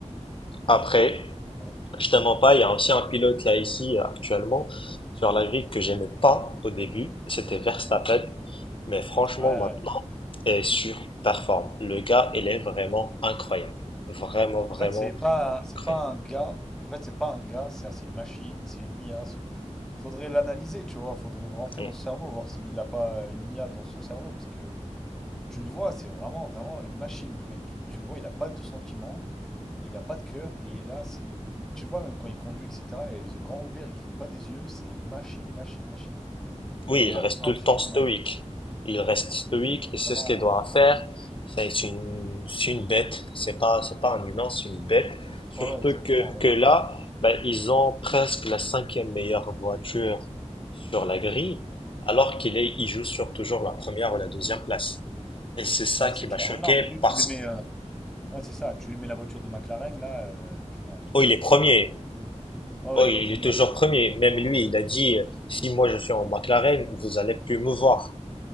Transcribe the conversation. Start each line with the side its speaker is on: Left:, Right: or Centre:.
Left: Après,
Centre: Ouais,
Left: je te mens pas, il y a aussi un pilote là ici euh, actuellement sur la grille que j'aimais pas au début, c'était Verstappen, mais franchement
Centre: ouais,
Left: maintenant,
Centre: ouais.
Left: il surperforme. Le gars, il est vraiment incroyable. Vraiment, vraiment
Centre: En fait, c'est pas, c'est
Left: incroyable.
Centre: pas un gars. En fait, c'est pas un gars, c'est c'est une machine, c'est une IA. c'est- Faudrait l'analyser, tu vois. Faudrait rentrer
Left: Mm.
Centre: dans son cerveau, voir s'il a pas une IA dans son cerveau, parce que Tu le vois, c'est vraiment, vraiment une machine, le mec. Et tu le vois, il n'a pas de sentiments, il n'a pas de cœur, il est là, c'est... Mais tu le vois même quand il conduit, etc., il a les yeux grands ouverts, il cligne pas des yeux, c'est une machine, machine, machine. Il
Left: Oui,
Centre: est
Left: il
Centre: euh,
Left: reste
Centre: impressionnant.
Left: tout le temps stoïque. Il reste stoïque
Centre: Il est
Left: et c'est
Centre: vraiment...
Left: ce qu'il doit
Centre: Ouais,
Left: faire.
Centre: ouais,
Left: C'est c'est une, c'est une bête. C'est pas, c'est pas un humain, c'est une bête. Surtout
Centre: ouais, ouais, exactement.
Left: que, que
Centre: Ouais,
Left: là,
Centre: ouais.
Left: ben, ils ont presque la cinquième meilleure voiture sur la grille, alors qu'il est, il joue sur toujours la première ou la deuxième place. Et c'est ça
Centre: Ouais,
Left: qui
Centre: c'est
Left: m'a
Centre: clair.
Left: choqué
Centre: Ouais, non, mais lui,
Left: parce
Centre: tu lui mets... euh,
Left: que,
Centre: Ouais, c'est ça, tu lui mets la voiture de McLaren, là, euh, putain, il
Left: oh, il est
Centre: est
Left: premier.
Centre: fini. euh, premier. Ouais, ouais,
Left: Oh, il
Centre: il est premier
Left: est toujours
Centre: à tous les
Left: premier.
Centre: trucs.
Left: Même
Centre: Ouais,
Left: lui,
Centre: ouais,
Left: il a dit, si moi je suis en McLaren, vous allez plus me voir.